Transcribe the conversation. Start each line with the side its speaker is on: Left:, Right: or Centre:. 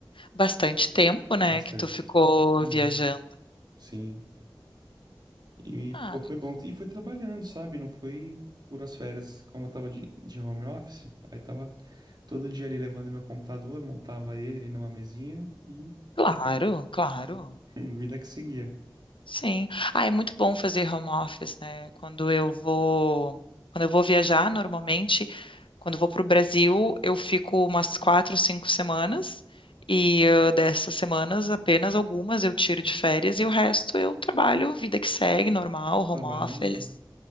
Left: Bastante tempo, né,
Right: Bastante.
Left: que tu ficou
Right: Uhum.
Left: viajando.
Right: Sim. E,
Left: Ah,
Right: pô, foi
Left: legal.
Right: bom. E foi trabalhando, sabe? Não foi puras férias, como eu tava de, de home office. Aí tava todo dia ali levando meu computador, montava ele ali numa mesinha e
Left: claro, claro.
Right: <laughs> vida que seguia.
Left: Sim. Ah, é muito bom fazer home office, né? Quando eu vou, quando eu vou viajar, normalmente, quando eu vou para o Brasil, eu fico umas quatro, cinco semanas. E eh, dessas semanas, apenas algumas eu tiro de férias e o resto eu trabalho, vida que segue, normal, home
Right: Trabalho normal,
Left: office.
Right: né?